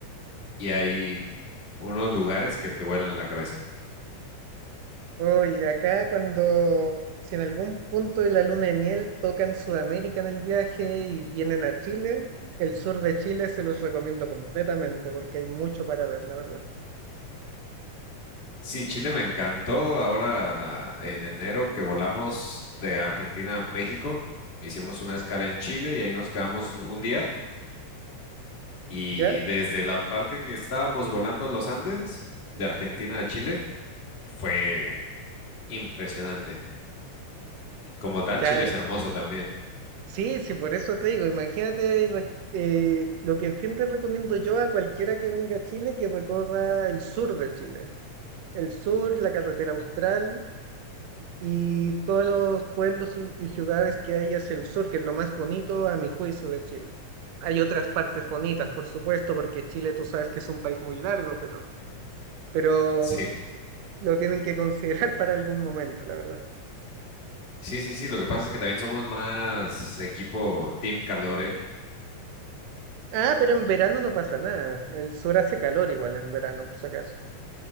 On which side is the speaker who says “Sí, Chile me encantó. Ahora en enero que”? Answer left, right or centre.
Left